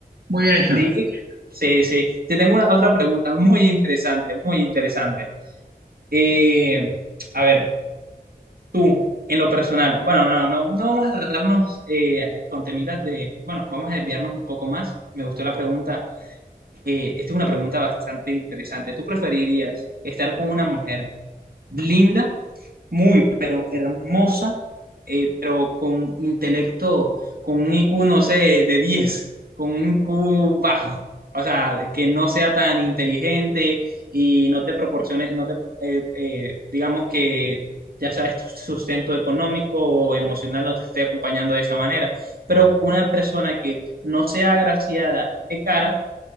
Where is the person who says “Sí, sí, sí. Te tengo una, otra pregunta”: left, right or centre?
Right